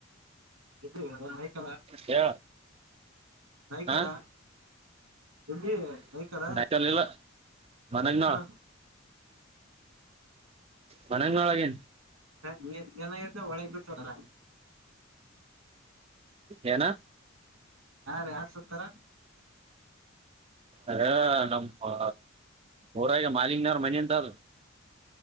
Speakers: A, on the right; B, on the right.
A: <unintelligible>
B: ಹೇಳ
A: ನಯ್ಕಲ್ಲ
B: ಹ
A: ಎಲ್ಲಿ ನೈಕಲ
B: <unintelligible>
A: ಹ
B: ಮನೆಗ್ನೋಳಗಿನ್
A: <unintelligible> ಒಳಗ್ ಬಿಟ್ಟ್ರ
B: ಏನ
A: ಯಾರ್ ಯಾರ್ ಸತಾರ
B: ಅದೇ ನಮ್ಮ ಊರಾಗೆ ಮಾಲಿಗ್ನಾರ ಮನೆ ಅನ್ತಾದು